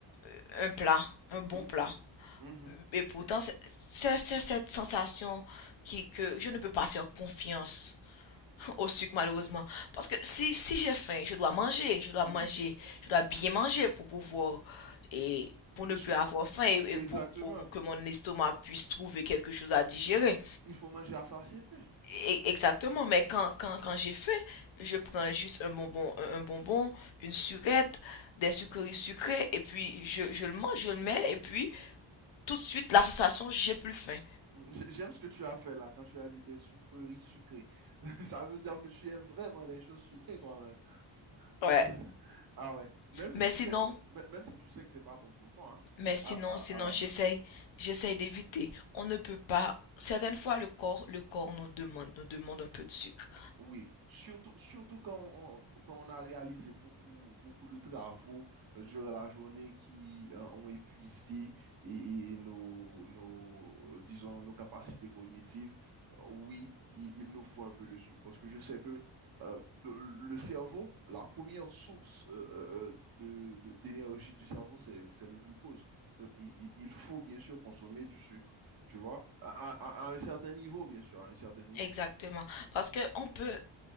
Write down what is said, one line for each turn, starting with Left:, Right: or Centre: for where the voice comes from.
Left: euh, un plat, un bon
Right: mhm,
Left: plat.
Right: mhm, mhm,
Left: Et pourtant, c'est c'est- c'est cette sensation qui, que je ne peux pas faire confiance <laughs> au sucre, malheureusement. Parce que si, si j'ai faim, je dois manger, je dois
Right: mhm,
Left: manger,
Right: mhm,
Left: je dois bien
Right: mhm.
Left: manger pour pouvoir, et pour
Right: Monsieur-
Left: ne plus avoir faim et,
Right: Exactement.
Left: et pour, pour que mon estomac puisse trouver quelque chose à digérer.
Right: Il faut manger à satiété.
Left: E- Exactement, mais quand, quand, quand j'ai faim, je prends juste un bonbon, un un bonbon, une surette, des sucreries sucrées, et puis je, je le mange, je le mets, et puis tout de suite, la sensation, j'ai plus faim.
Right: J- J'aime ce que tu as fait là, quand tu as dit des sucreries sucrées. <laughs> Ça veut dire que tu aimes vraiment les choses sucrées toi-même.
Left: Ouais.
Right: <laughs> Ah ouais, même si
Left: Mais
Right: tu
Left: sinon,
Right: sais que, mê- même si tu sais que c'est pas bon pour toi, hein,
Left: mais sinon,
Right: à, à,
Left: sinon,
Right: à la
Left: j'essaye,
Right: fin.
Left: j'essaye d'éviter. On ne peut pas. Certaines fois, le corps, le corps nous demande, nous demande un peu de sucre.
Right: Oui, surtout, surtout quand on, quand on a réalisé beaucoup, beaucoup de travaux euh, durant la journée qui euh, ont épuisé et, et nos, nos, euh, disons, nos capacités cognitives, euh, oui, il, il nous faut un peu de sucre. Parce que je sais que euh, de- le cerveau, la première source euh, euh, euh, de, de- d'énergie du cerveau, c'est, c'est le glucose. Donc, il, il- il faut bien sûr consommer du sucre, tu vois, à, à- à un certain niveau, bien sûr, à un certain niveau.
Left: Exactement. Parce que on peut,